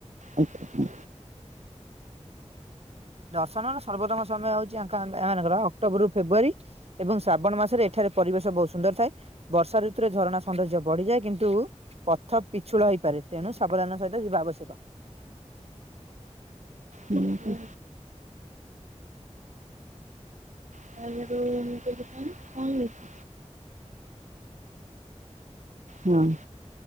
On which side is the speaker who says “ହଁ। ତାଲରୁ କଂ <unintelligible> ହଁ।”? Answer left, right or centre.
Right